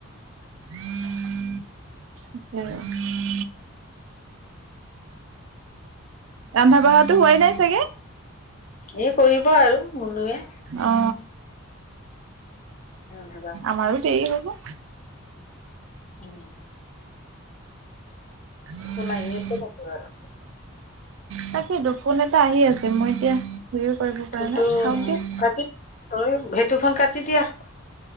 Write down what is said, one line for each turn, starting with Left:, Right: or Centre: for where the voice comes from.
Right: <unintelligible> ৰন্ধা বাঢ়াটো হোৱাই নাই চাগে
Left: এই কৰিব আৰু মলোৱে
Right: অ
Left: ভাবা
Right: আমাৰো দেৰি হ'ব
Left: উম
Right: উম
Left: ফোন আহি আছে তাকো আৰু
Right: তাকেতো ফোন এটা আহি আছে মই এতিয়া <unintelligible>
Left: ফোনটো
Right: থাকক দিয়ক
Left: কাটিঐ সেইটো ফোন কাটি দিয়া